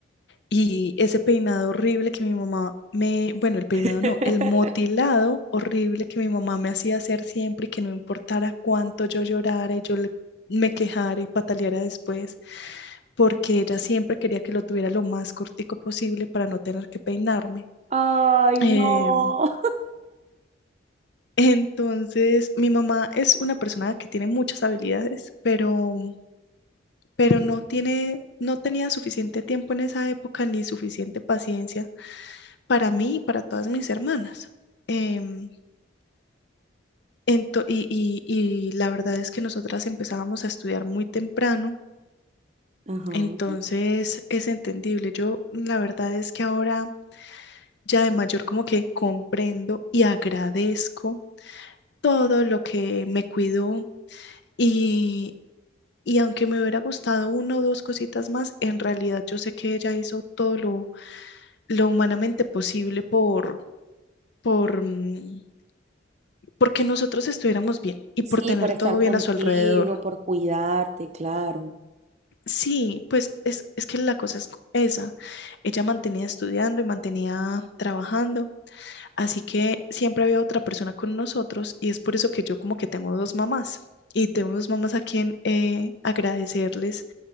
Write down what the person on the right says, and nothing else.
<laughs>
Ay, no.
Ajá.
Sí,
por estar
contigo,
por cuidarte, claro.